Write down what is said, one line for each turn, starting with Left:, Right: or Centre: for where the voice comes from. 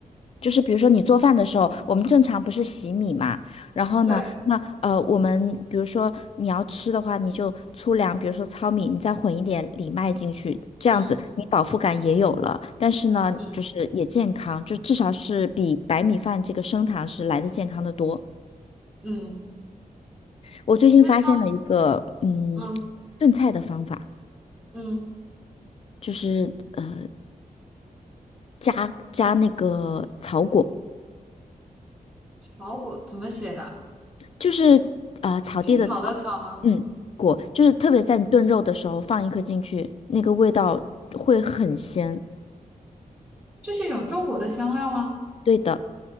Left: 就是比如说你做饭的时候，我们正常不是洗米嘛，然后呢，
Right: 对，
Left: 那呃，我们比如说你要吃的话，你就粗粮，比如说糙米，你再混一点藜麦进去，这样子你饱腹感也有了，
Right: 嗯
Left: 但是呢，
Right: 嗯
Left: 就是也健康，就至少是比白米饭这个升糖是来的健康的多。
Right: 嗯。
Left: 我最近发现了一个嗯
Right: 那。像。嗯
Left: 炖菜的方法，
Right: 嗯，
Left: 就是呃加加那个草果。
Right: 草果怎么写的？
Left: 就是呃草地的草，
Right: 青草的草吗？
Left: 嗯，果就是特别在你炖肉的时候放一颗进去，那个味道会很鲜。
Right: 这是一种中国的香料吗？
Left: 对的，